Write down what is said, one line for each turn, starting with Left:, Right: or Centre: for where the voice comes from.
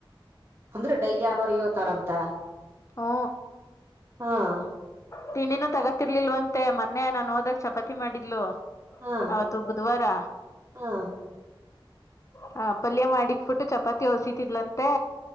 Right: ಅಂದ್ರೆ ಡೈಲಿ ಆರವರೆಗೆ ಏಳ್ತಾರಂತ?
Left: ಹಾ
Right: ಹಾಂ
Left: ತಿಂಡಿನೂ ತಗತಿರ್ಲಿಲ್ವಂತೆ ಮೊನ್ನೆ ನಾನು ಹೋದಾಗ್ ಚಪಾತಿ ಮಾಡಿದ್ಲು.
Right: ಹಾ
Left: ಅದು ಬುಧ್ವಾರ.
Right: ಹಾ <inaudible>
Left: ಹ ಪಲ್ಯ ಮಾಡಿಕ್ಬಿಟ್ಟು ಚಪಾತಿ ಹೊಸಿತಿದ್ಲಂತೆ